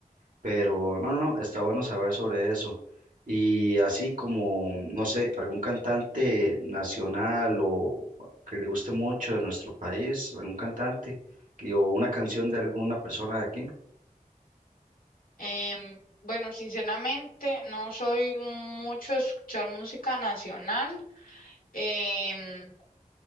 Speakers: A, on the right; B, on the left.
A: Pero no, no, no, está bueno saber sobre eso. Y así como, no sé, algún cantante nacional o que le guste mucho de nuestro país, algún cantante que- o una canción de alguna persona de aquí.
B: Em, bueno, sinceramente no soy mucho de escuchar música nacional. Em,